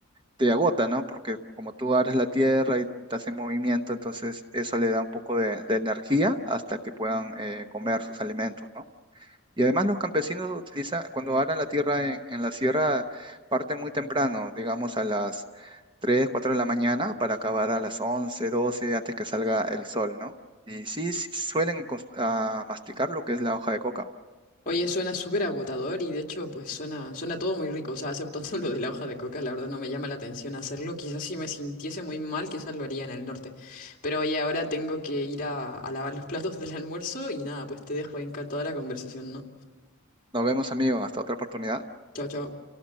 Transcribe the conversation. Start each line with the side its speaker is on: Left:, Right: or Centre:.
Right: te agota, ¿no? Porque como tú aras la tierra y estás en movimiento, entonces eso le da un poco de, de energía hasta que puedan eh, comer sus alimentos, ¿no? Y además los campesinos utilizan, cuando aran la tierra en, en la sierra, parten muy temprano, digamos a las 3, 4 de la mañana para acabar a las 11, 12, antes que salga el sol, ¿no? Y sí, sí suelen cons- ah, masticar lo que es la hoja de coca.
Left: Oye, suena súper agotador y de hecho, pues suena, suena todo muy rico, o sea, exceptuando <laughs> lo de la hoja de coca, la verdad no me llama la atención hacerlo. Quizás si me sintiese muy mal, quizás lo haría en el norte. Pero oye, ahora tengo que ir a, a lavar los platos del almuerzo y nada, pues te dejo ahí encantada la conversación, ¿no?
Right: Nos vemos, amigos, hasta otra oportunidad.
Left: Chao, chao.